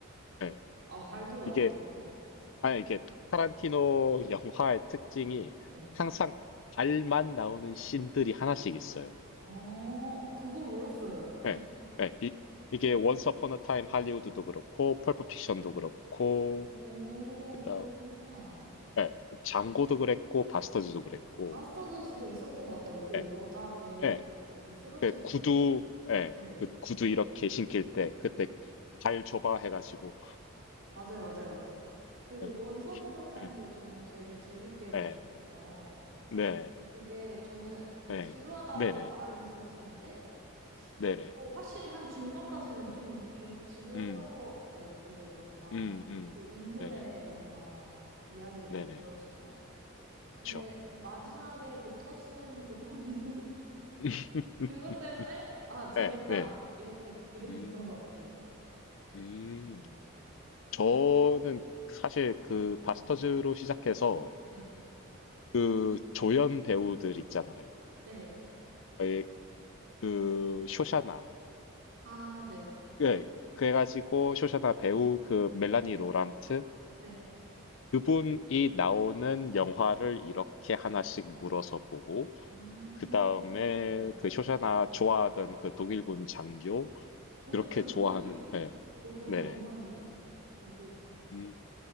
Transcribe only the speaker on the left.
예.
이게, 아니, 이게 타란티노 <laughs> 영화의 특징이
항상 발만 나오는 씬들이 하나씩 있어요.
예. 예. 이, 이게 Once Upon a Time 할리우드도 그렇고, 펄프 픽션도 그렇고,
그다음,
예. 장고도 그랬고, 바스터즈도 그랬고,
예.
예.
그 구두, 예.
그 구두 이렇게 신길 때, 그때 발 줘봐 해가지고,
예.
예.
예. 네.
네.
네네.
네네.
음.
음, 음.
네네.
네네.
그쵸.
<laughs>
네, 네.
음,
음.
저는 사실 그 바스터즈로 시작해서
그 조연 배우들 있잖아요.
에, 그 쇼샤나.
그, 그래가지고 쇼샤나 배우 그 멜라니 로랑트
그분이 나오는 영화를 이렇게 하나씩 물어서 보고
그 다음에
그 쇼샤나 좋아하던 그 독일군 장교
그렇게
좋아하는 네.
네네
음,